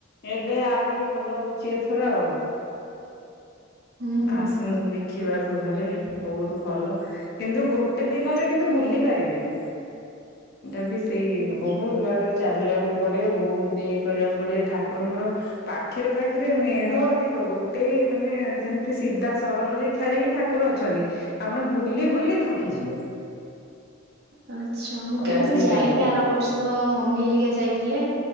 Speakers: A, on the left; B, on the right.
A: ଏବେ ଆଉ ଟିକେ ଭଲ ହଉଛି ଏଥର ଆଉ।
B: ହୁଁ ହୁଁ।
A: ଆସନ୍ତୁ ଦେଖିବାକୁ ଧରେ ବହୁତ ଭଲ। କିନ୍ତୁ, ଗୋଟେ ଗୋଟେ ଦିନରେ କିନ୍ତୁ ବୁଲି ପାରିବେନି। ଏଟା ବି ସେଇ
B: ଆଚ୍ଛା।
A: ବହୁତ ବାଟ ଚାଲିବାକୁ ପଡେ। ବହୁତ ଇଏ କରିବାକୁ ପଡେ। ଠା ଠାକୁରଙ୍କର ପାଖେରେ ପାଖେରେ ମେଢ ଅଧିକ। ଗୋଟେ ମାନେ ସେମିତି ସିଧା ସରଳ ରେଖାରେ ହିଁ ଠାକୁର ଅଛି। ଆପଣ ବୁଲି ବୁଲି ଥକି ଯିବେ।
B: ଆଚ୍ଛା ମୁଁ
A: ଚାଲି
B: କେବେ ତ ଯାଇନି
A: ପାରିବେନି।
B: ଆର ବର୍ଷ ମମି ହେରିକା ଯାଇଥିଲେ।